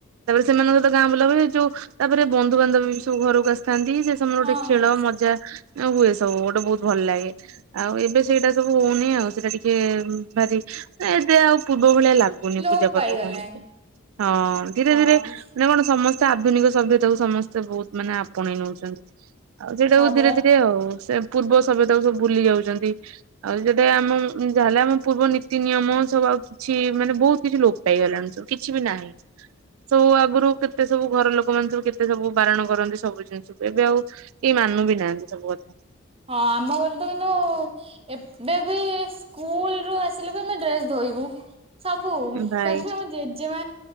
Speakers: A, on the right; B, on the right.
A: ତାପରେ ସେମାନଙ୍କ ସହିତ ଗାଁ ବୁଲା ଭବେ ଯୋଉ ତାପରେ ବନ୍ଧୁବାନ୍ଧବ ସବୁ ଘରକୁ ଆସିଥାନ୍ତି ଯେ ସମର ଗୋଟେ
B: ହଁ
A: ଖେଳ ମଜା ହୁଏ ସବୁ ଗୋଟେ ବହୁତ ଭଲ ଲାଗେ। ଆଉ ଏବେ ସେଇଟା ସବୁ ହଉନି ଆଉ ସେଇଟା ଟିକେ ଭାରି ଏବେ ଆଉ ପୂର୍ବ ଭଳିଆ ଲାଗୁ ଗୁନି
B: ଲୋପ
A: ପୂଜା ପର୍ବ
B: ପାଇଗଲାଣି
A: କଣ ହଁ ଧୀରେ
B: ହଁ
A: ଧୀରେ ମାନ କଣ ସମସ୍ତେ ଆଧୁନିକ ସଭ୍ୟତାକୁ ସମସ୍ତେ ବହୁତ ମାନେ ଆପଣେଇ ନଉଛନ୍ତି। ଆଉ ସେଇଟାକୁୁ
B: ହଁ ପରା
A: ଧୀରେ ଧୀରେ ଆଉ ସେ ପୂର୍ବ ସଭ୍ୟତାକୁ ସବୁ ବୁଲି ଯାଉଛନ୍ତି। ଆଉ ଯୋଟେ ଆମ ଯାହାହେଲେ ଆମ ପୂର୍ବ ନୀତି ନିୟମ ସବୁ ଆଉ କିଛି ମାନେ ବହୁତ କିଛି ଲୋପ ପାଇଗଲାଣି ସବୁ କିଛି ବି ନାହିଁ। ସବୁ ଆଗରୁ କେତେ ସବୁ ଘର ଲୋକମାନେ ସବୁ କେତେ ସବୁ ବାରଣ କରନ୍ତି ସବୁ ଜିନିଷକୁ ଏବେ ଆଉ ଏ ମାନୁ ବି ନାହାନ୍ତି ସବୁ କଥା।
B: ହଁ ଆମ ଘରେ ତ କିନ୍ତୁ ଏବେ ବି ସ୍କୁଲୁ ଆସିଲେ ବି ଆମେ ଡ୍ରେସ ଧୋଇବୁ। ସବୁ
A: ଭାଇ
B: କାହିଁକି ଆମ ଜେଜେମା